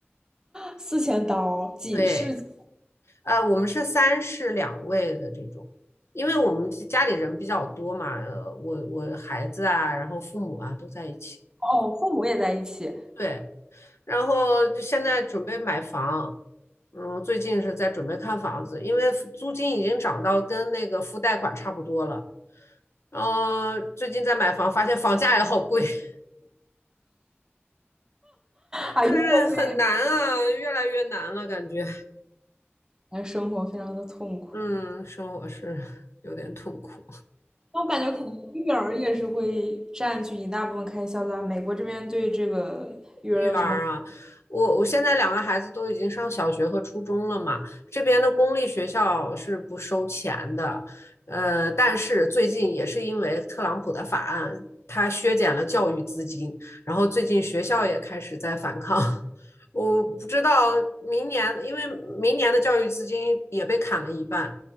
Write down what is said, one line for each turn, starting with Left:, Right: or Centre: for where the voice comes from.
Right: 四千刀，几是？
Left: 对，呃，我们是三室两卫的这种。因为我们家里人比较多嘛，呃，我我孩子啊，然后父母啊都在一起。
Right: 哦，父母也在一起
Left: 对，然后就现在准备买房，嗯，最近是在准备看房子，因为租金已经涨到跟那个付贷款差不多了。然后最近在买房，发现房价也好贵，<laughs>
Right: 啊，
Left: 就是很难啊，
Right: 英国妹
Left: 越来越难了，感觉，
Right: 那生活非常的痛苦。
Left: 嗯，生活是有点痛苦。
Right: 那我感觉可能育儿也是会占据一大部分开销的吧美国这边对这个育儿有什么？
Left: 育儿啊，我我现在两个孩子都已经上小学和初中了嘛，这边的公立学校是不收钱的，呃，但是最近也是因为特朗普的法案，他削减了教育资金，然后最近学校也开始在反抗。<laughs> 我不知道明年，因为明年的教育资金也被砍了一半，